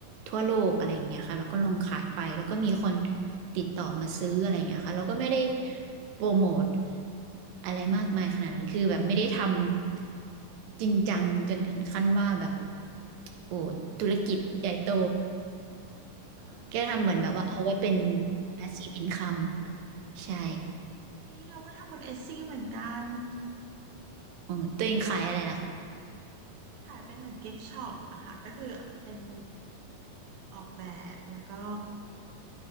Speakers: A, on the right (about 85°); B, on the right (about 70°).
A: ทั่วโลกอะไรอย่างเงี้ยค่ะเราก็ลงขายไปแล้วก็มีคนติดต่อมาซื้ออะไรอย่างเงี้ยค่ะเราก็ไม่ได้โปรโมทอะไรมากมายขนาดนั้นคือแบบไม่ได้ทำจริงจังจนถึงขั้นว่าแบบโอ้ธุรกิจใหญ่โต
B: ค่ะ
A: แกทำเหมือนแบบว่าเอาไว้เป็น
B: อืม
A: passive income ใช่
B: อุ๊ยเราก็ทำบนเอซี่เหมือนกัน
A: อ๋อตัวเองขายอะไรล่ะคะ
B: แต่ว่า ค่ะเป็นเหมือนกิฟต์ช็อปอะค่ะก็คือเป็นออกแบบแล้วก็